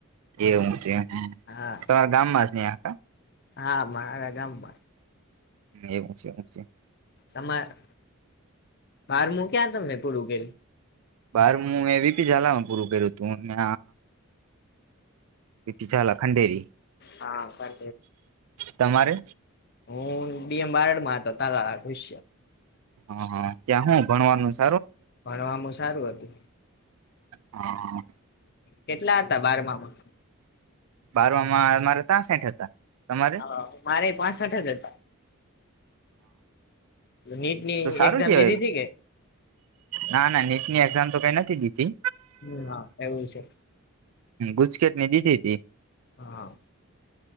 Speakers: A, on the right; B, on the left.
A: એવું છે
B: હા
A: તમારા ગામમાં જ ન આખા
B: હા મારા ગમ બાત
A: એવું છે એવું છે
B: તમારે બાર મુૂક્યા તને પૂરું કરીલ
A: બાર હું મે વીપી ઝાલાનું પૂરું કર્યું હતું ને પટી ચાલા ખંડેરી
B: હા
A: તમારે
B: હું બ એમ બારડ માં હતો તાુશ્ય
A: હા હા ત્યાં હું ભણવાનું છે
B: ભણ આમું સારું હતું
A: હા
B: કેટલા હતા બારમામાં
A: બારમાં મારા તં સેઠ હતા તમારે
B: હા મારે પા સાઠ જ હતા નીટની
A: તો સારું
B: એક્ઝામ
A: કેવાય
B: લીધી હતી કે
A: ના ના નીટની એક્ઝામ તો કઈ નથી દીધી
B: હમ હા એવું છે
A: ગુચકેટની દીધી તી
B: હા